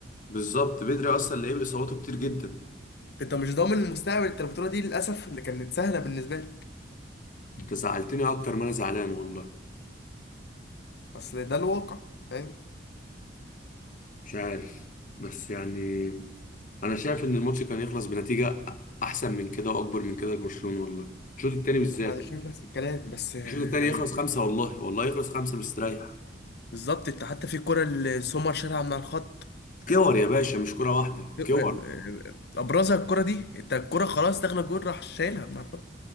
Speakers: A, on the left (about 50°); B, on the left (about 65°).
A: بالظبط بدري اصلا لعيب اصاباته كتير جدا
B: انت مش ضامن المستقبل انت البطوله دي للاسف اللي كانت سهله بالنسبه لك
A: انت زعلتني اكتر ما انا زعلان والله
B: اصل ده الواقع فاهم
A: مش عارف بس يعني انا شايف ان الماتش كان يخلص بنتيجه احسن من كده واكبر من كده لبرشلونه والله الشوط التاني بالذات
B: انا شايف نفس الكلام بس آه،
A: الشوط التاني
B: يعني
A: يخلص خمسه والله والله يخلص خمسه مستريح
B: بالظبط انت حتى في الكره اللي سومر شالها من على الخط
A: كور يا باشا مش كره واحده
B: آه، آه،
A: كور
B: آه، ابرزها الكره دي انت الكره خلاص داخله جول راح شايلها من على الخط